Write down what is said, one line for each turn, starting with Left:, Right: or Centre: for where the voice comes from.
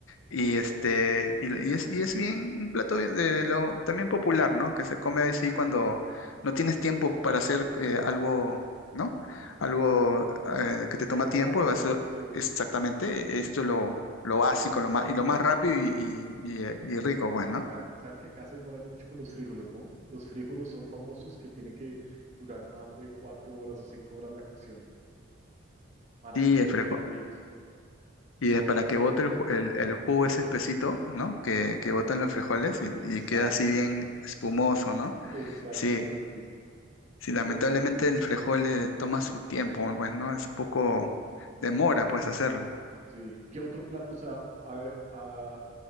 Left: Y este, y, y es, y es bien un plato de, de lo también popular, ¿no? Que se come así cuando no tienes tiempo para hacer eh, algo, ¿no? Algo eh, que te toma
Right: Elaborado.
Left: tiempo, va a- ser
Right: Sí.
Left: exactamente, esto es lo, lo básico, lo más, y lo más rápido y, y, y, eh, y rico, pues, ¿no?
Right: Claro, claro que acá se demoran mucho con los frijoles, ¿no? Los frijoles son famosos que tienen que durar más de cuatro horas o cinco horas la cocción para
Left: Y,
Right: que queden
Left: el frejo-
Right: blanditos.
Left: y de- para que bote el, ju- el, el jugo ese espesito, ¿no? Que, que
Right: Sí,
Left: botan los frijoles y,
Right: exacto,
Left: y queda así bien espumoso, ¿no?
Right: exactamente.
Left: Sí, Sí, lamentablemente
Right: Yo-
Left: el frejol le toma su tiempo, pues, ¿no? Es un poco demora, pues, hacerlo.
Right: Sí. ¿Qué otro plato, o sea, a- a-